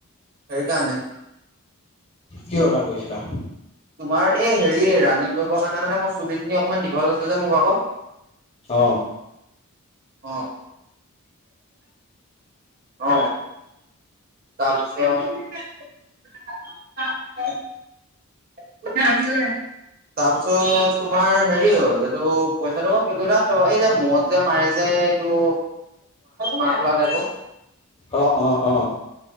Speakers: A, on the right; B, on the left.
A: হেই কাৰণে
B: কি অৰ্ডাৰ কৰিছিলা
A: তোমাৰ এই হেৰি ৰানিং কৰিবৰ কাৰণে মানে মোৰ চুলিখিনি অকমান দীঘল আছিল যে মো ভাগ
B: অ
A: অ অ তাৰপিছত নি তাৰপিছত তোমাৰ হেৰি হ'ল এইটো পইচাটো অ পেকটা এই যে মূৰত যে মাৰে যে এইটো মাফলা তাইপৰ
B: অ অ অ